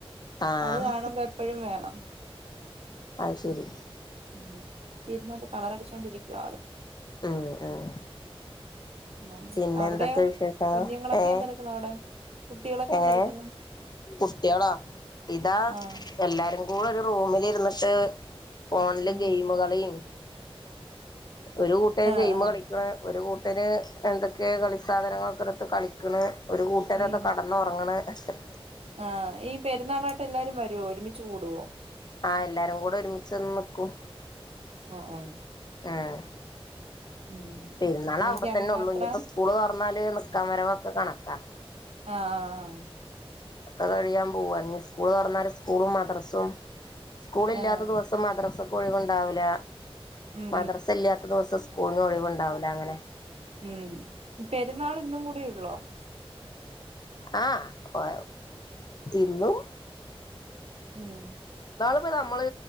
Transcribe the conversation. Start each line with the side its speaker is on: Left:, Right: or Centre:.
Left: ആഹ്
Right: അത് കാണുമ്പോ എപ്പോഴും വേണം
Left: അത് ശരി
Right: ഉം തീരുന്നോണ്ട് കളർടിച്ചോണ്ടിരിക്ക- ചള <unintelligible>
Left: ഉം ഉം
Right: ഉം
Left: പിന്നെ
Right: അവിടെയോ
Left: എന്തൊക്കെ വിശേഷങ്ങള്
Right: കുഞ്ഞുങ്ങളൊക്കെ
Left: ഏഹ്
Right: എന്തെടുക്കുന്നു അവിടെ കുട്ടികളൊക്കെ
Left: എങ്ങനെ?
Right: എന്തെടുക്കുന്നു
Left: കുട്ടികളോ ഇതാ
Right: ആഹ്
Left: എല്ലാരും കൂടെ ഒരു- റൂമില് ഇരുന്നിട്ട്- ഫോണില്
Right: ഉം
Left: ഗെയിമ് കളീം- ഒരു കൂട്ടര്
Right: ആഹ്
Left: ഗെയിമ്
Right: ആഹ്
Left: കളിക്ക്‌ണ് ഒരു കൂട്ടര് - അവര് എന്തൊക്കെയോ കളി സാധനങ്ങളൊക്കെ എടുത്ത് കളിക്കണ്- ഒരു കൂട്ടരതാ
Right: ഉം
Left: കെടന്ന് ഉറങ്ങണ് ഹിഹി
Right: ആഹ് ഈ പെരുന്നാളായിട്ട് എല്ലാരും വരുവോ ഒരുമിച്ച് കൂടുവോ?
Left: ആഹ് എല്ലാരും കൂടെ ഒരുമിച്ച് വന്ന് നിക്കും
Right: ആ ആഹ്
Left: ആഹ്
Right: ഉം
Left: പെരുന്നാളാവുമ്പ
Right: എനിക്ക് അങ്ങനെ
Left: തന്നെ ഉള്ളൂ
Right: അത്ര
Left: ഇനിപ്പോ സ്കൂള് തൊറന്നാല് നിക്കാൻ വരവൊക്കെ കണ- <unintelligible> ആ
Right: ആഹ് ആഹ്
Left: അത് കഴിയാൻ പോകുവാ ഇനി സ്കൂള് തൊറന്നാല് - സ്കൂളും മദ്രസും സ്കൂൾ ഇല്ലാത്ത
Right: ആഹ്
Left: ദിവസം മദ്രസ ഒഴിവ്ണ്ടാകൂല
Right: ഉം
Left: മദസ ഇല്ലാത്ത ദിവസം സ് സ്‌കൂളിന് ഒളിവുണ്ടാവൂല അങ്ങനെ
Right: മ് പെരുന്നാളിന്നും കൂടേ ഉള്ളോ
Left: ആഹ് ഒ ഇന്നും
Right: മ്
Left: <unintelligible> നമ്മള്